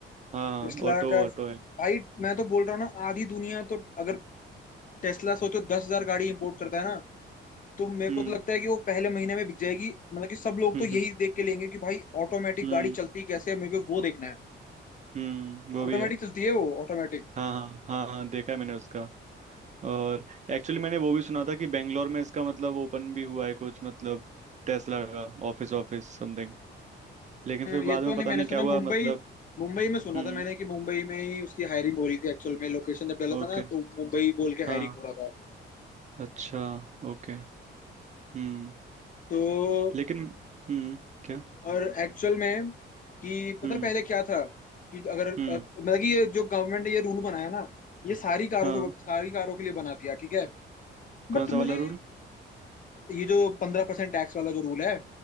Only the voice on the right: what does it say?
हाँ हाँ
ऑटो
ऑटो है
हम्म
हम्म
हम्म
हम्म वो
भी है
हाँ हाँ हाँ हाँ देखा है मैंने उसका और एक्चुअली मैंने वो भी सुना था कि बेंगलोर में इसका मतलब ओपन भी हुआ है कुछ मतलब टेस्ला का ऑफिस Office something लेकिन फिर बाद
में
पता
नहीं
क्या हुआ
मतलब
हम्म
ओके
हाँ
अच्छा ओके हम्म
लेकिन हम्म क्या
हम्म
हम्म
हाँ
कौन सा वाला
रूल